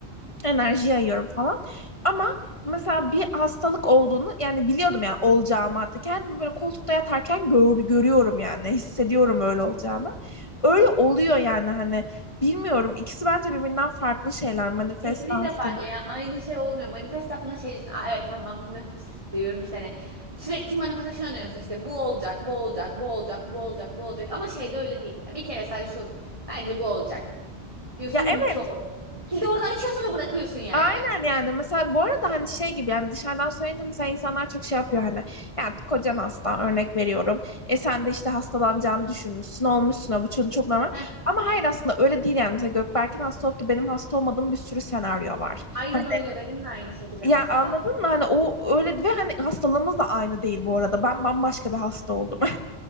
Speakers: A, on the left (about 30°); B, on the right (about 30°).
A: enerji yayıyorum falan. Ama mesela bir hastalık olduğunu yani biliyordum yani olacağımı hatta kendim böyle koltukta yatarken gör- görüyorum yani hissediyorum öyle olacağını. Öyle oluyor yani hani bilmiyorum ikisi bence birbirinden farklı şeyler manifest
B: Kesinlikle
A: hastalık.
B: farklı ya. Aynı şey olmuyor. Manifest yaptığında şey diyorsun. Aa, evet tamam ben bunu manifest diyorum işte hani. Sürekli manifeste şuna dönüyorsun işte bu olacak, bu olacak, bu olacak, bu olacak, bu olacak. Ama şey de öyle değil. Bir kere sadece şey olsun. Bence bu olacak diyorsun
A: Ya
B: ve bitiyor
A: evet
B: orada. Kilidi orada açıyorsun ve bırakıyorsun yani.
A: Aynen yani mesela bu arada hani şey gibi yani dışarıdan söyleyince mesela insanlar çok şey yapıyor hani ya kocan hasta örnek veriyorum e sen de işte hastalanacağını düşünmüşsün olmuşsun ha, bu çok, çok normal
B: Heh.
A: ama hayır aslında öyle değil yani mesela Gökberk'in hasta olup da benim hasta olmadığım bir sürü senaryo var
B: Aynen
A: hani
B: öyle benim de aynı şekilde
A: ya
B: mesela.
A: anladın mı hani o öyle ve hani hastalığımız da aynı değil bu arada ben bambaşka bir hasta oldum <laughs>